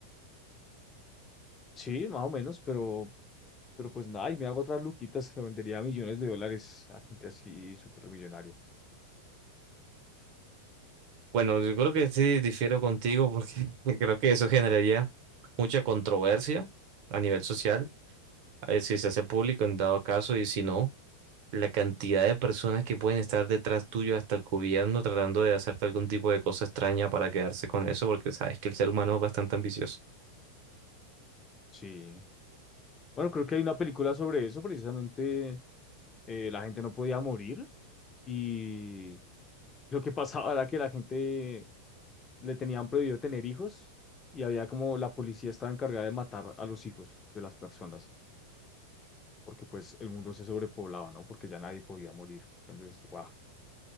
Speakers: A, on the left; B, on the right.
A: Sí, más o menos, pero, pero pues nada, y me hago otras luquitas, lo vendería a millones de dólares a gente así súper millonaria.
B: Bueno, yo creo que sí difiero contigo porque <laughs> creo que eso generaría mucha controversia a nivel social. A si se hace público en dado caso y si no. la cantidad de personas que pueden estar detrás tuyo, hasta el gobierno, tratando de hacerte algún tipo de cosa extraña para quedarse con eso, porque sabes que el ser humano es bastante ambicioso.
A: Sí, Bueno, creo que hay una película sobre eso, precisamente eh, la gente no podía morir y lo que <laughs> pasaba era que la gente le tenían prohibido tener hijos y había como la policía estaba encargada de matar a los hijos de las personas, porque pues el mundo se sobrepoblaba, ¿no? Porque ya nadie podía morir. Entonces, wow,